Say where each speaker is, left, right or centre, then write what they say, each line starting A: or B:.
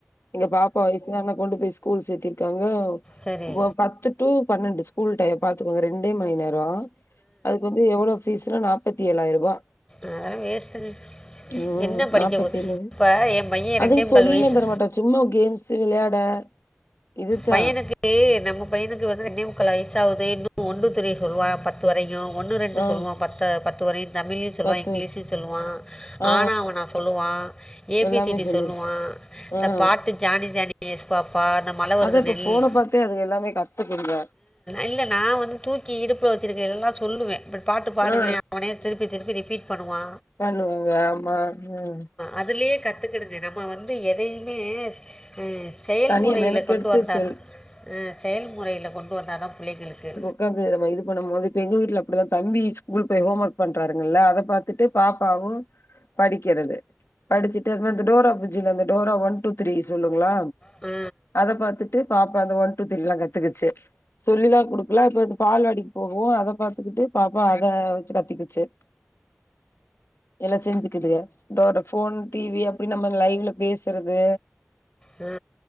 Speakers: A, on the left (about 75°); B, on the left (about 20°).
A: எங்க பாப்பா வய் சு தான கொண்டு போய் ஸ்கூல் சேத்திருக்காங்க
B: சரி
A: வ பத்து டு பன்னெண்டு ஸ்கூல் டைம் பாத்துக்கோங்க ரெண்டே மணி நேரோ அதுக்கு வந்து எவ்ளோ பீஸுனா நாப்பத்தி ஏழாய்ருபா
B: அதெல்லா வேஸ்ட்டுங்க
A: ம்
B: என்ன படிக்க
A: நாப்பத்தி
B: போ
A: ஏழு
B: இப்ப எ பையே
A: அதுவு
B: ரெண்டே முக்கால்
A: சொல்லிலா
B: வய்சு
A: தரமாட்டா சும்மா கேம்ஸு விளையாட இதுதா
B: பையனுக்கு நம்ம பையனுக்கு வந்து ரெண்டே முக்கால் வய்சாவ்து இன்னு ஒன் டு த்ரீ சொல்வா பத் து வரையு ஒன்னு ரெண்டு
A: ஆ
B: சொல்வா பத்து பத்து வரையு தமிழ்லையு சொல்லுவா
A: பத்து
B: இங்கிலீஸியு சொல்லுவா
A: ஆ
B: ஆனா ஆவனா சொல்லுவா ஏ
A: எல்லாமே
B: பி சி டி
A: சொல்லிரு
B: சொல்லுவா இந்த
A: ஆ
B: பாட்டு ஜானி ஜானி எஸ் பாப்பா அந்த மழ வருது
A: அதா இப்ப ஃபோன
B: ம்
A: பாத்தே அதுக எல்லாமே கத்துக்குங்க
B: இல்ல நா வந்து தூக்கி இடுப்புல வெச்சிருக்கே இது எல்லா சொல்லுவே இப்டி பாட்டு பாடுவே
A: ஆ
B: அவனே திருப்பி திருப்பி ரிப்பீட் பண்ணுவா
A: பண்ணுவாங்க ஆமா ம்
B: அதுலியே கத்துக்கிடுங்க நம்ம வந்து எதயிமே அ செயல்
A: தனியா
B: முறைல
A: மெனக்கெடுத்து
B: கொண்டு வர் தர்னு
A: சொல்
B: அ செயல்முறைய்ல கொண்டு வந்தா தா புள்ளைங்களுக்கு
A: க்கது நம்ம இது பண்ணும்போது இப்ப எங்க வீட்ல அப்டிதா தம்பி ஸ்கூல் போய் ஹோம் ஒர்க் பண்றாருங்கல்ல அத பாத்துட்டு பாப்பாவு படிக்கிறது படிச்சி ட்டு அந்த மாரி இந்த டோரா புஜ்ஜில இந்த டோரா ஒன் டூ த்ரீ சொல்லுங்ளா
B: ஆ
A: அத பாத்துட்டு பாப்பா அந்த ஒன் டூ த்ரீலா கத்துக்கிச்சு சொல்லிலா குடுக்கல இப்ப இந்த பால்வாடிக்கு போகுவு அத பாத்துக்கிட்டு பாப்பா அத வெச்சு கத்துக்கிச்சு <inaudible> எல்லா செஞ்சுக்குதுக இதோட ஃபோன் டி வி அப்டினு நம்ம லைவ்ல பேசுறது
B: ஆ